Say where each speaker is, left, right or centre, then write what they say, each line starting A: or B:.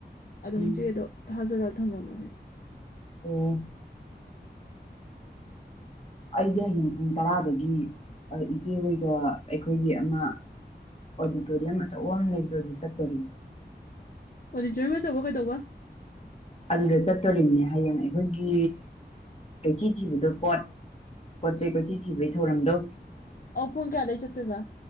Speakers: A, on the left; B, on the left.
A: ꯑꯗꯨꯝ
B: ꯎꯝ
A: ꯆꯦꯗꯣ ꯊꯥꯖꯜꯂꯒ ꯊꯝꯃꯃꯅꯦ꯫
B: ꯑꯣꯝ ꯑꯩꯗꯤ ꯍꯌꯦꯡ ꯄꯨꯡ ꯇꯔꯥꯗꯒꯤ ꯏꯆꯦ ꯍꯣꯏꯒ ꯑꯩꯈꯣꯏꯒꯤ ꯑꯃ ꯑꯣꯗꯤꯇꯣꯔꯤꯌꯝ ꯑꯆꯧ ꯑ ꯑꯃ ꯂꯩꯕꯗꯣꯗꯤ ꯆꯠꯇꯣꯔꯤꯅꯤ꯫
A: ꯑꯣꯗꯤꯇꯔꯤꯌꯝ ꯃꯆꯧꯕ ꯀꯩꯗꯧꯕ
B: ꯑꯗꯨꯗ ꯆꯠꯇꯣꯔꯤꯕꯝꯅꯦ ꯍꯌꯦꯡ ꯑꯩꯈꯣꯏꯒꯤ ꯀꯩꯊꯤ ꯊꯤꯕꯗꯣ ꯄꯣꯠ ꯄꯣꯠ ꯆꯩ ꯄꯣꯠꯆ ꯊꯤꯕꯒꯤ ꯊꯧꯔꯝꯗꯣ
A: ꯑꯣ ꯄꯨꯡ ꯀꯌꯥꯗꯒꯤ ꯇꯣꯏꯕꯥ